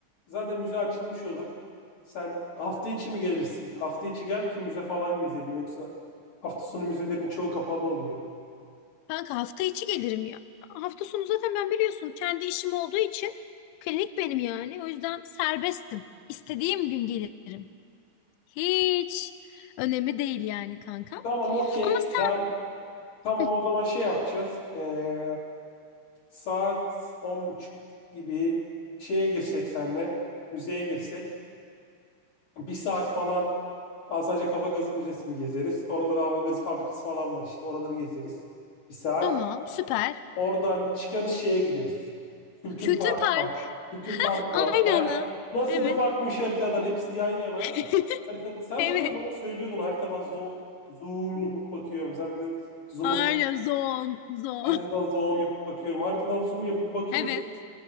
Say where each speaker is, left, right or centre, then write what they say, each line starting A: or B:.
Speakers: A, on the left (about 40°); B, on the left (about 80°).
A: zaten müze açılmış olur. Sen hafta içi mi gelirsin? Hafta içi gel ki müze falan gezelim yoksa hafta sonu müzelerin çoğu kapalı oluyor.
B: Kanka hafta içi gelirim ya. Hafta sonu zaten ben biliyorsun kendi işim olduğu için klinik benim yani. O yüzden serbestim. İstediğim gün gelirim. Hiç önemi değil yani kanka.
A: Tamam okey.
B: Ama sen
A: Yani tamam
B: Hı,
A: o zaman şey yapacağız. Ee, saat on buçuk gibi şeye girsek senle müzeye girsek bir saat falan Alsancak Hava Gazı Müzesi'ni gezeriz. Oralara hava gazı fabrikası falan var işte. Oraları gezeriz. Bir saat.
B: tamam süper.
A: Oradan çıkarız şeye gideriz. Kültür
B: Kültür
A: Park
B: Park.
A: var. Kültür Park
B: Aynen
A: var. Heh.
B: ana.
A: Nasıl
B: Evet.
A: da bakmış haritadan. Hepsi yan yana.
B: <laughs>
A: Harita, sen
B: Evet.
A: zaten bana söylüyordun haritadan zo- zoom yapıp bakıyorum. Sen bir de zoom'u
B: Aynen
A: fa-
B: zon zon.
A: haritadan zoom yapıp bakıyorum. Haritadan zoom yapıp bakıyorsun.
B: Evet.